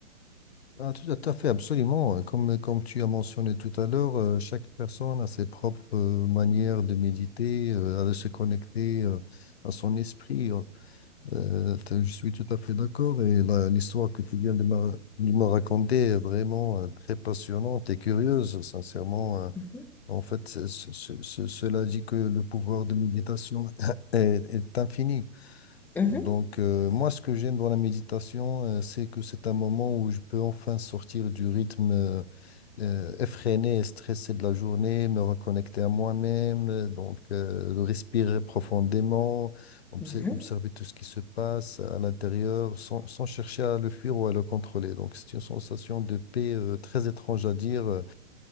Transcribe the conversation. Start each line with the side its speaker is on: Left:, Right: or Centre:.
Left: ah, tout à tout à fait, absolument. euh, Comme, comme tu as mentionné tout à l'heure, euh, chaque personne a ses propres euh, manières de méditer, euh, de se connecter euh, à son esprit. euh, Euh, t'as- je suis tout à fait d'accord et la- l'histoire que tu viens de me de me raconter est vraiment euh, très passionnante et curieuse, sincèrement. euh.
Centre: Mhm,
Left: En fait, c'est- ce- ce- ce- cela dit que le pouvoir de méditation <laughs> est, est infini.
Centre: mhm,
Left: Donc, euh, moi, ce que j'aime dans la méditation, euh, c'est que c'est un moment où je peux enfin sortir du rythme euh, euh, effréné et stressé de la journée, me reconnecter à moi-même, euh, donc euh, de respirer profondément, obs-
Centre: mhm.
Left: observer tout ce qui se passe à l'intérieur sans, sans chercher à le fuir ou à le contrôler. Donc, c'est une sensation de paix euh, très étrange à dire, euh,